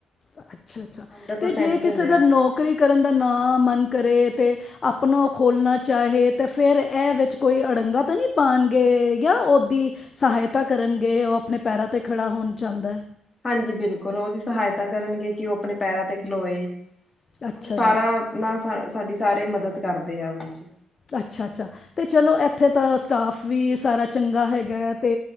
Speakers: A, on the left; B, on the left.
A: ਅੱਛਾ ਅੱਛਾ
B: ਹੰਡਰਡ ਪਰਸੈਂਟ
A: ਤੇ ਜੇ
B: ਦਿੰਦੇ
A: ਕਿਸੇ ਦਾ
B: ਆ ਆਪਣਾ।
A: ਨੌਕਰੀ ਕਰਨ ਦਾ ਨਾ ਮਨ ਕਰੇ ਤੇ ਆਪਣਾ ਓ ਖੋਲਣਾ ਚਾਹੇ ਤੇ ਫ਼ੇਰ ਇਹ ਵਿਚ ਕੋਈ ਅੜੰਗਾ ਤਾਂ ਨਹੀਂ ਪਾਉਣਗੇ ਜਾਂ ਓਦੀ ਸਹਾਇਤਾ ਕਰਨਗੇ, ਉਹ ਆਪਣੇ ਪੈਰਾਂ ਤੇ ਖੜਾ ਹੋਣ ਚੁੰਦਾ?
B: ਹਾਂਜੀ ਬਿਲਕੁਲ, ਓ ਉਹਦੀ ਸਹਾਇਤਾ ਕਰਨਗੇ ਕਿ ਉਹ ਆਪਣੇ ਪੈਰਾਂ ਤੇ ਖਲੋਏ।
A: ਅੱਛਾ
B: ਉਹਨੂੰ ਸਾਰਾ
A: ਜੀ।
B: ਆਪਣਾ ਸਾ ਸਾਡੀ ਸਾਰੇ ਮਦਦ ਕਰਦੇ ਆ ਉਹ ਵਿੱਚ
A: ਅੱਛਾ ਅੱਛਾ, ਤੇ ਚਲੋ ਇੱਥੇ ਤਾਂ ਸ ਸਟਾਫ ਵੀ ਸਾਰਾ ਚੰਗਾ ਹੈਗਾ ਹੈ, ਤੇ